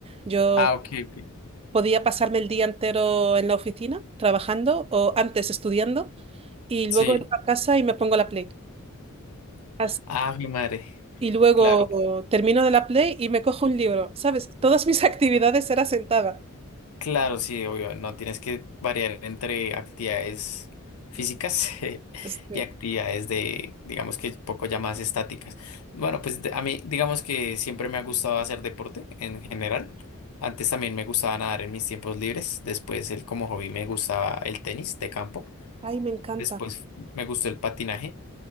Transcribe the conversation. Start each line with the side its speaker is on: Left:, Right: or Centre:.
Right: Yo
Left: Ah, ok, ok.
Right: podía pasarme el día entero en la oficina trabajando o antes estudiando y luego
Left: Sí.
Right: entro a casa y me pongo la Play. As-
Left: Ah, mi madre.
Right: Y luego
Left: Claro.
Right: termino de la Play y me cojo un libro, ¿sabes? Todas mis <laughs> actividades eran sentada.
Left: Claro, sí, obvio, no tienes que variar entre actividades físicas <laughs>
Right: Este,
Left: y actividades de, digamos que poco ya más estáticas. Bueno, pues de- a mí, digamos que siempre me ha gustado hacer deporte en general. Antes también me gustaba nadar en mis tiempos libres. Después, el, como hobby, me gustaba el tenis de campo.
Right: ay, me encanta.
Left: Después me gustó el patinaje.